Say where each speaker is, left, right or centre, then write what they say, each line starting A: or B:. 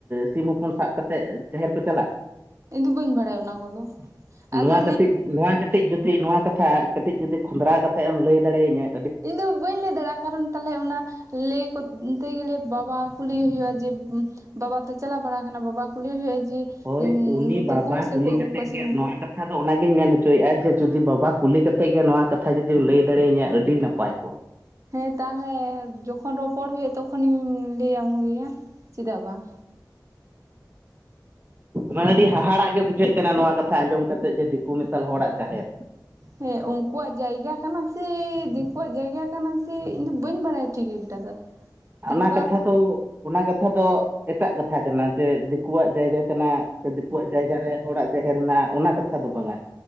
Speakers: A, on the right; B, on the right.
A: ᱥᱤᱢ ᱦᱚᱯᱚᱱ ᱥᱟᱵ ᱠᱟᱛᱮᱫ ᱡᱟᱦᱮᱨ ᱠᱚ ᱪᱟᱞᱟᱜᱼᱟ
B: ᱤᱧ ᱫᱚ ᱵᱟᱹᱧ ᱵᱟᱲᱟᱭᱼᱟ ᱚᱱᱟ ᱠᱚᱫᱚ ᱟᱫᱚ
A: ᱱᱚᱣᱟ ᱠᱟᱹᱴᱤᱡ ᱱᱚᱣᱟ ᱠᱟᱹᱴᱤᱡ ᱡᱩᱫᱤ ᱱᱚᱣᱟ ᱠᱟᱛᱷᱟ ᱠᱟᱹᱴᱤᱡ ᱡᱩᱫᱤ ᱠᱷᱚᱸᱫᱽᱨᱟᱣ ᱠᱟᱛᱮᱫ ᱮᱢ ᱞᱟᱹᱭ ᱫᱟᱲᱮᱟᱹᱧᱼᱟ
B: ᱤᱧ ᱫᱚ ᱵᱟᱹᱧ ᱞᱟᱹᱭ ᱫᱟᱲᱮᱭᱟᱜᱼᱟ ᱠᱟᱨᱚᱱ ᱛᱟᱞᱦᱮ ᱚᱱᱟ ᱞᱟᱹᱭ ᱠᱚᱛᱛᱮ ᱜᱮᱞᱮ ᱵᱟᱵᱟ ᱠᱩᱞᱤᱭᱮ ᱦᱩᱭᱩᱜᱼᱟ ᱡᱮ ᱵᱟᱵᱟ ᱛᱮ ᱪᱟᱞᱟᱣ ᱵᱟᱲᱟ ᱠᱟᱱᱟ ᱵᱟᱵᱟ ᱠᱩᱞᱤ ᱦᱩᱭᱩᱜᱼᱟ ᱡᱮ
A: ᱦᱳᱭ ᱩᱱᱤ
B: ᱫᱤᱠᱩ
A: ᱵᱟᱵᱟ
B: ᱦᱚᱸ ᱥᱮᱠᱚ
A: ᱠᱩᱞᱤ
B: ᱟᱹᱜᱩ
A: ᱠᱟᱛᱮᱜ
B: ᱠᱚᱣᱟ ᱥᱤᱢ
A: ᱜᱮ ᱱᱚᱣᱟ
B: ᱠᱚ
A: ᱠᱟᱛᱷᱟ ᱠᱟᱷᱟ ᱫᱚ ᱚᱱᱟᱜᱤᱧ ᱢᱮᱱ ᱦᱚᱪᱚᱭᱮᱜᱼᱟ ᱡᱮ ᱡᱩᱫᱤ ᱵᱟᱵᱟ ᱠᱩᱞᱤ ᱠᱟᱛᱮᱫ ᱜᱮ ᱱᱚᱣᱟ ᱠᱟᱛᱷᱟ ᱡᱩᱫᱤᱢ ᱞᱟᱹᱭ ᱫᱟᱲᱮᱟᱹᱧ ᱟ ᱟᱹᱰᱤ ᱱᱟᱯᱟᱭ ᱠᱚᱜᱼᱟ
B: ᱦᱮᱸ ᱛᱟᱦᱞᱮ ᱡᱚᱠᱷᱚᱱ ᱨᱚᱯᱚᱲ ᱦᱩᱭᱩᱜᱼᱟ ᱛᱚᱠᱷᱚᱱ ᱤᱧ ᱞᱟᱹᱭ ᱟᱢ ᱦᱩᱭᱩᱜᱼᱟ ᱪᱮᱫᱟᱜ ᱵᱟᱝ
A: ᱢᱟᱱ ᱟᱹᱰᱤ
B: ᱦᱩᱸ
A: ᱦᱟᱦᱟᱲᱟᱜ ᱜᱮ ᱵᱩᱡᱷᱟᱹᱜ ᱠᱟᱱᱟ ᱠᱟᱱᱟ ᱱᱚᱣᱟ ᱠᱟᱛᱷᱟ ᱟᱸᱡᱚᱢ ᱠᱟᱛᱮᱫ ᱡᱮ ᱫᱤᱠᱩ ᱢᱮᱥᱟᱞ ᱦᱚᱲᱼᱟᱜ ᱡᱟᱦᱮᱨ
B: ᱦᱮᱸ ᱩᱱᱠᱩᱣᱼᱟᱜ ᱡᱟᱭᱜᱟ ᱠᱟᱱᱟ ᱥᱮ ᱫᱤᱠᱩᱣᱼᱟᱜ ᱡᱟᱭᱜᱟ ᱠᱟᱱᱟ ᱥᱮ ᱤᱧ ᱫᱚ ᱵᱟᱹᱧ ᱵᱟᱲᱟᱭᱟ ᱴᱷᱤᱠ ᱮᱠᱴᱟ ᱫᱚ,
A: ᱦᱟᱱᱟ
B: ᱚᱱᱠᱟ
A: ᱠᱟᱛᱷᱟ ᱫᱚ ᱚᱱᱟ ᱠᱟᱛᱷᱟ ᱫᱚ ᱮᱴᱟᱜ ᱠᱟᱛᱷᱟ ᱠᱟᱱᱟ ᱡᱮ ᱫᱤᱠᱩᱣᱟᱜ ᱡᱟᱭᱜᱟ, ᱥᱮ ᱫᱤᱠᱩᱣᱟᱜ ᱡᱟᱭᱜᱟ ᱨᱮ ᱦᱚᱲᱼᱟᱜ ᱡᱟᱦᱮᱨ ᱢᱮᱱᱟᱜᱼᱟ ᱚᱱᱟ ᱠᱟᱛᱷᱟ ᱫᱚ ᱵᱟᱝᱟ